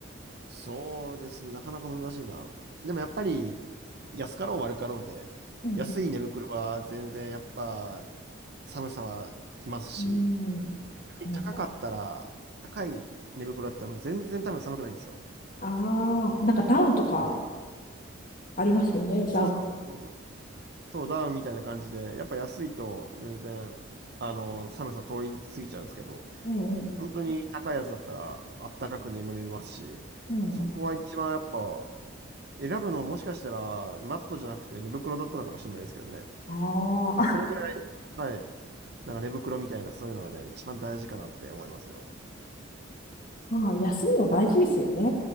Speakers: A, on the right (about 50°); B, on the left (about 40°).
A: そうですね。なかなか難しいな。でもやっぱり、安かろう悪かろうで、
B: うん。
A: 安い寝袋は全然やっぱ寒さはきますし、
B: うん。
A: 逆に高かったら、
B: はいはい。
A: 高い寝袋だったらもう全然多分寒くないんですよ。
B: ああ、なんかダウンとか
A: はい
B: ありますよね、ダウン。
A: そうそうそうそう。そうダウンみたいな感じで、やっぱ安いと全然、あの、寒さ通り過ぎちゃうんですけど、
B: うんうん。
A: 本当に高いやつだったらあったかく眠れますし、
B: うん。
A: そこは一番やっぱ選ぶのもしかしたら、マットじゃなくて寝袋だったのかもしれないですけどね。
B: ああ、
A: それぐらい、はい。なんか寝袋みたいな、そういうのがね、一番大事かなって思いますよ。
B: まあ、休むの大事ですよね。